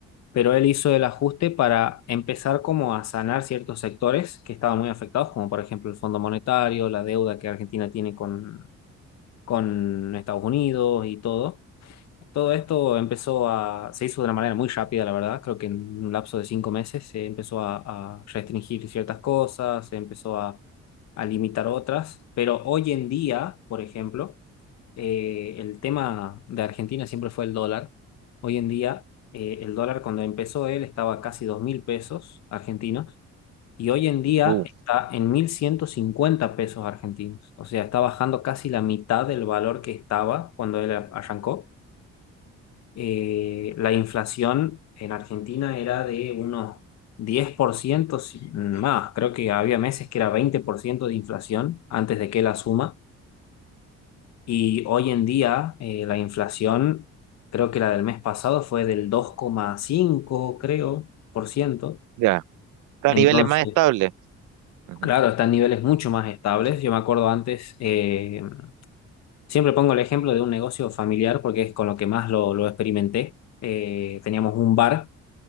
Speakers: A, on the left; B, on the right.
A: pero él hizo el ajuste para empezar como a sanar ciertos sectores que estaban muy afectados, como por ejemplo el Fondo Monetario, la deuda que Argentina tiene con, con Estados Unidos y todo. Todo esto empezó a, se hizo de una manera muy rápida, la verdad. Creo que en un lapso de cinco meses se empezó a, a restringir ciertas cosas, se empezó a, a limitar otras, pero hoy en día, por ejemplo, eh, el tema de Argentina siempre fue el dólar. Hoy en día, eh, el dólar cuando empezó él estaba casi dos mil pesos argentinos y hoy en día
B: Uh,
A: está en 1.150 pesos argentinos. O sea, está bajando casi la mitad del valor que estaba cuando él arrancó. Eh, la inflación en Argentina era de unos 10% si- más. Creo que había meses que era 20% de inflación antes de que él asuma. Y hoy en día eh, la inflación, creo que la del mes pasado fue del dos coma cinco creo, por ciento.
B: ya. Está
A: Entonces,
B: a niveles más estables. Ujú.
A: claro, están niveles mucho más estables. Yo me acuerdo antes, eh, siempre pongo el ejemplo de un negocio familiar porque es con lo que más lo, lo experimenté. Eh, teníamos un bar